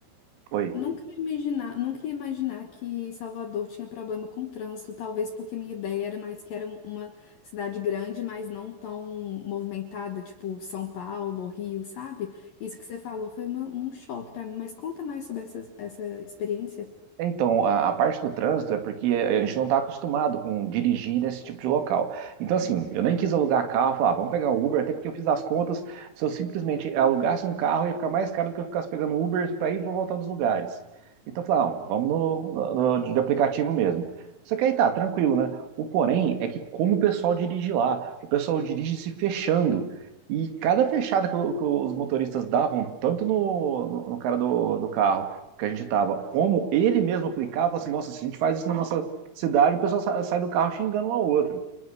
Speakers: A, on the right; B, on the left.
A: Oi.
B: Nunca ia imaginar, nunca ia imaginar que Salvador tinha problema com trânsito, talvez porque minha ideia era mais que era um- uma cidade grande, mas não tão movimentada, tipo São Paulo, Rio, sabe? Isso que você falou foi uma- um choque pra mim, mas conta mais sobre essa, essa experiência.
A: É, Então, a, a parte do trânsito é porque a gente não está acostumado com dirigir nesse tipo de local. Então, assim, eu nem quis alugar carro, falar, "Ah, vamos pegar um Uber, até porque eu fiz as contas. Se eu simplesmente alugasse um carro, ia ficar mais caro do que eu ficasse pegando um Uber para ir e voltar dos lugares. Então, eu falei, "Ah, não, vamos no, no- no- de aplicativo mesmo. Só que aí tá, tranquilo, né? O porém é que como o pessoal dirige lá, o pessoal dirige se fechando. E cada fechada que, o- que os motoristas davam, tanto no, no, no cara do do carro que a gente estava, como ele mesmo aplicava, assim, nossa, se a gente faz isso na nossa cidade, o pessoal sa- sai do carro xingando um ao outro,